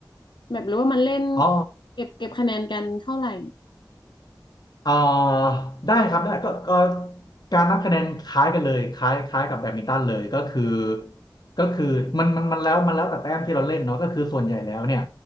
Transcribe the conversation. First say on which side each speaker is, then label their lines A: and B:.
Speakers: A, on the left (about 85°); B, on the left (about 65°).
A: แบบหรือว่ามันเล่น
B: อ๋อ
A: เก็บเก็บคะแนนกันเท่าไหร่
B: เอ่อได้ครับได้ก็ก็การนับคะแนนคล้ายกันเลยคล้ายคล้ายกับแบดมินตันเลยก็คือก็คือมันมันมันแล้วมันแล้วแต่แต้มที่เราเล่นเนาะก็คือส่วนใหญ่แล้วเนี่ย